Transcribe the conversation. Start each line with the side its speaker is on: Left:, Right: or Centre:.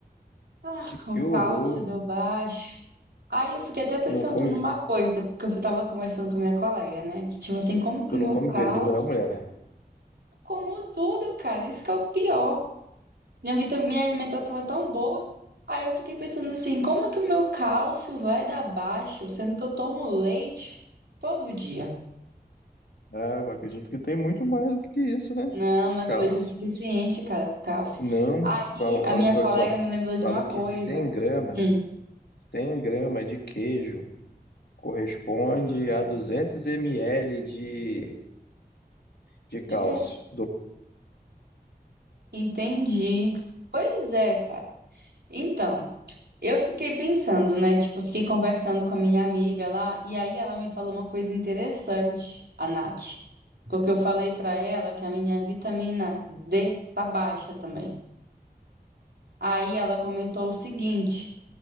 Right: ah,
Left: Que
Right: o cálcio
Left: horror!
Right: deu baixo. Aí eu fiquei até pensando
Left: Tu não come,
Right: numa coisa, porque eu tava conversando com a minha colega, né? Que tipo assim, como que
Left: tu
Right: o
Left: não
Right: meu
Left: come
Right: cálcio,
Left: verdura, não, mulher?
Right: como tudo, cara, isso que é o pior. Minha vita- minha alimentação é tão boa. Aí eu fiquei pensando assim, como é que o meu cálcio vai dar baixo, sendo que eu tomo leite todo dia?
Left: Ah, eu acredito que tem muito mais do que isso, né?
Right: Não, mas
Left: Cálcio.
Right: o leite é suficiente, cara, pro cálcio.
Left: Não,
Right: Aí
Left: falo,
Right: a
Left: falo
Right: minha
Left: que,
Right: colega
Left: olha só,
Right: me lembrou de
Left: falo
Right: uma coisa.
Left: que cem grama,
Right: Hum,
Left: 100 grama de queijo corresponde a 200 ml de, de
Right: de
Left: cálcio.
Right: quê? Entendi. Pois é, cara. Então. Eu fiquei pensando, né? Tipo, eu fiquei conversando com a minha amiga lá, e aí ela me falou uma coisa interessante, a Nath. Porque eu falei pra ela que a minha vitamina D tá baixa também. Aí ela comentou o seguinte,